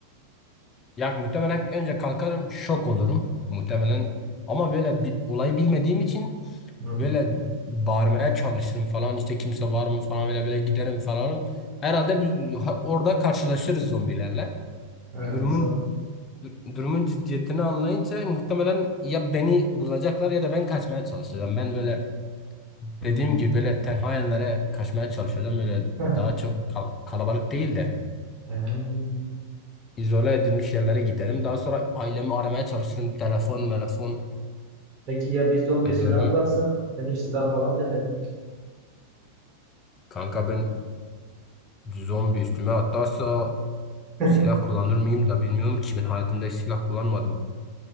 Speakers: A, on the left (about 25°); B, on the right (about 30°).
A: Ya muhtemelen önce kalkarım şok olurum muhtemelen ama böyle bir olayı bilmediğim için
B: Hı.
A: böyle bağırmaya çalışırım falan işte kimse var mı falan böyle böyle giderim falan. Herhalde biz ha- orada karşılaşırız zombilerle.
B: Evet,
A: Durumun
B: sonra-
A: dur- durumun ciddiyetini anlayınca muhtemelen ya beni bulacaklar ya da ben kaçmaya çalışacağım. Ben böyle
B: hı.
A: dediğim gibi böyle tenha yerlere kaçmaya çalışacağım. Böyle
B: <laughs>
A: daha çok kal- kalabalık değil de
B: Ee,
A: izole edilmiş yerlere giderim. Daha sonra ailemi aramaya çalışırım. Telefon telefon
B: Peki ya bir zombi
A: ederim.
B: üstüne atlarsa Ben hiç silah falan demedim.
A: Kanka ben zombi üstüme atlarsa
B: <laughs>
A: silah kullanır mıyım da bilmiyorum ki ben hayatımda hiç silah kullanmadım.